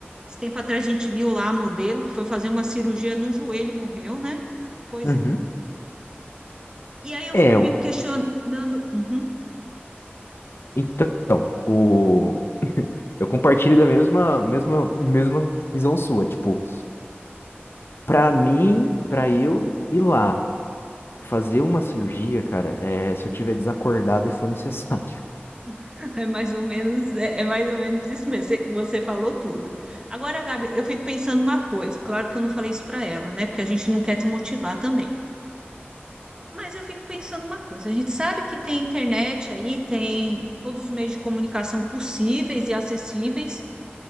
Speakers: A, on the right (about 20°); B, on the left (about 65°).
A: Esse tempo atrás a gente viu lá a modelo que foi fazer uma cirurgia no joelho e morreu, né? Pois
B: uhum.
A: é. E aí eu
B: É,
A: fico me
B: o-
A: questionando, uhum,
B: então, o, eu compartilho da mesma, mesma, mesma visão sua, tipo, para mim, para eu ir lá. fazer uma cirurgia, cara, é se eu tiver desacordado e for necessário.
A: <laughs> é mais ou menos, é, é mais ou menos isso mesmo. Você, você falou tudo. Agora, Gabi, eu fico pensando uma coisa. Claro que eu não falei isso para ela, né? Porque a gente não quer desmotivar também. Mas eu fico pensando uma coisa. A gente sabe que tem internet aí, tem todos os meios de comunicação possíveis e acessíveis.